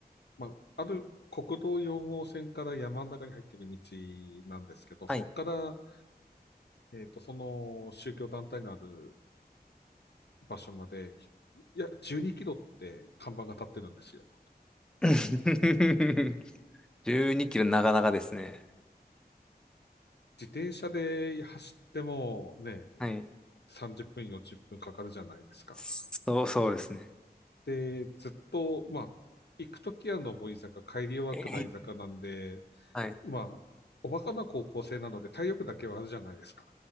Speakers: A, on the left; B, in the centre.
A: まあ、ある国道4号線から山の中に入っている道なんですけど、
B: はい。
A: そこから、えっと、その宗教団体のある場所まで、いや、12キロって看板が立ってるんですよ。
B: <laughs> 12キロなかなかですね。
A: 自転車で走ってもね、
B: はい。
A: 30分、40分かかるじゃないですか。
B: そう、そうですね。
A: で、ずっと、まあ、行くときは上り坂、帰りは下り坂なんで、
B: えへはい。
A: まあ、おバカな高校生なので体力だけはあるじゃないですか。